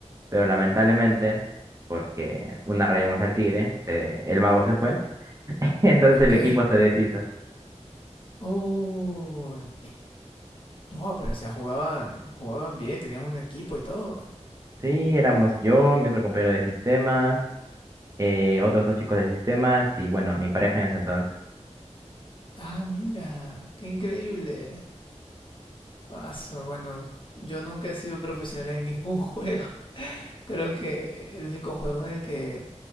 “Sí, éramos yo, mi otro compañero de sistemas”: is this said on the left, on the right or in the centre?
Right